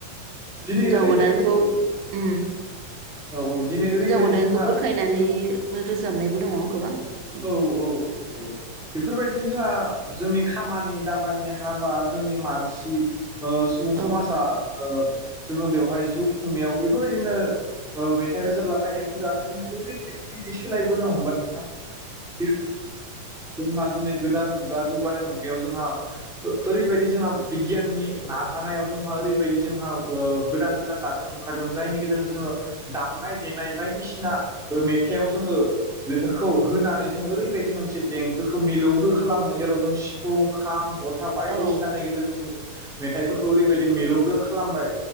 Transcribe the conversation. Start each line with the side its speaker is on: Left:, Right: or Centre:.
Centre: दिनै
Right: हिन्जाव
Centre: ओरैबायदि
Right: गोदानखौ हिनजाव
Centre: औ औ दिनै ओरैबायदि
Right: गोदानखौ
Centre: जोंहा
Right: बुरखायनानै रोजाबनायबो दङ गोबां उम
Centre: औ औ औ औ बेफोरबायदिनो जोंहा जोंनि खामानि दामानि हाबा जोंनि मानसि ओ सुबुं
Right: औ
Centre: समाजा ओ जोङो बेवहाय जिउ खुंनायाव बेफोरबायदिनो ओ मेथाइ थाइ‌‌ रोजाबलाबायनायफोरानो <inaudible> सोलायबोनो हमबाय <unintelligible> दिनै गोदान मुगा जौगानाय मुगायाव जोंहा ओ ओरैबायदि जोंहा बिगियाननि नाजानायाव जोंहा ओरैबायदि जोंहा ओ गोदान गोदान दाजेम ओंखारदों जायनि गेजेरजों जोङो दामनाय देनाय बायदिसिना ओ मेथायाव जोंङो बेफोर खौ होनानै जों ओरैबायदि मोनसे देंखोखौ मिलौदो खालामो जेराव जों सिफुं खाम जथा बायदिसिनानि
Right: औ
Centre: गेजेरजों मेथाइफोरखौ ओरैबायदि मिलौदो खालामबाय